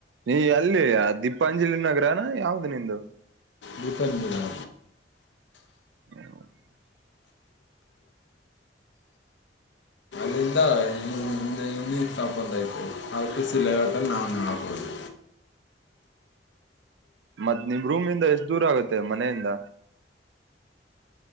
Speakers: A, on the right; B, on the left.
A: ಈ ಅಲ್ಲಿ ದೀಪಾಂಜಲಿ ನಗರನ ಯಾವ್ದ ನಿಂದು
B: ದೀಪಾ ನಗರ
A: <unintelligible>
B: ಮುಂದ ಒ ಇನ್ನಿ ತಾಪ್ಪಂದಾಯ್ತು ಅಲ್ಪು ಸಿ ಲೇವಟಲ್ಲಿ ನಾನು ನೋಬಹದು
A: ಮತ್ತ್ ನಿಮ್ ರೂಮನಿಂದ ಎಷ್ಟ ದೂರ ಆಗತ್ತೆ ಮನೆಯಿಂದ